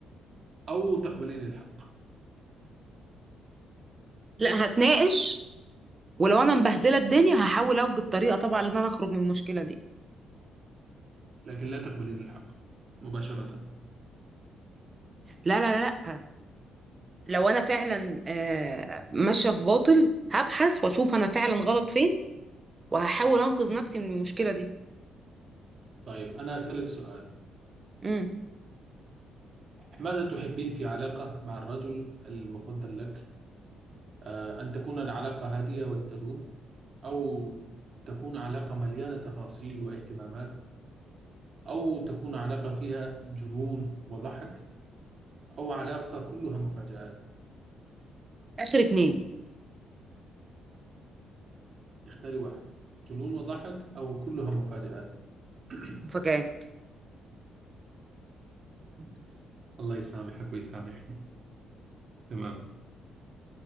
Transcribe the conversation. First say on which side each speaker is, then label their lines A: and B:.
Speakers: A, on the right; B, on the right.
A: أو تقبلين الحق
B: لا هتناقش ولو انا مبهدله الدنيا هحاول اوجد طريقه طبعا ان انا اخرج من المشكله دي
A: لكن لا تقبلين الحق مباشرة
B: لا لا لا لا لو انا فعلا آه، ماشيه في باطل هبحث واشوف انا فعلا غلط فين وهحاول انقذ نفسي من المشكله دي
A: طيب أنا أسألك سؤال
B: امم
A: ماذا تحبين في علاقة مع الرجل المفضل لك؟ آه، أن تكون العلاقة هادئة وتدوم، أو تكون علاقة مليانة تفاصيل واهتمامات، أو تكون علاقة فيها جنون وضحك، أو علاقة كلها مفاجآت،
B: اخر اتنين
A: اختاري واحد، جنون وضحك أو كلها مفاجآت. <coughs>
B: مفاجآت
A: <clears throat> الله يسامحك ويسامحني. تمام،